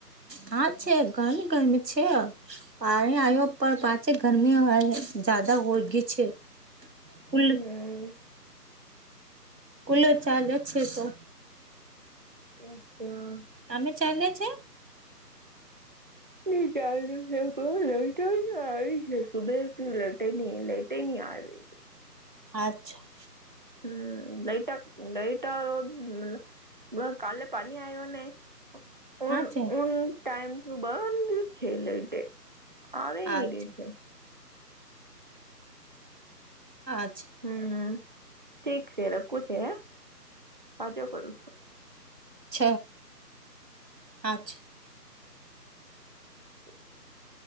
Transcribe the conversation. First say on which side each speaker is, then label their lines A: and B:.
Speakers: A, on the right; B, on the right.
A: હા છે ઘણી ગરમી છે આ. પાણી આવ્યો પણ પાંચે ગરમી જદા ઓળગી છે. કુલ
B: હમ
A: કુલર ચાલે છે તો.
B: અચ્છા.
A: તમે ચાલે છે?
B: <unintelligible> <inaudible> <unintelligible>
A: અચ્છા.
B: હમ લઈટા <unintelligible> બ કાલે પાણી આવ્યો ને
A: હા
B: ઉન
A: છે
B: ઉન ટાઈમ તો બંધુ જ છે લાઈટે આવે
A: અચ્છા
B: ની રે છે.
A: અચ્છા.
B: હમ ઠીક છે રખું છે હે પાછો કરું છું.
A: છ અચ્છા.
B: <unintelligible>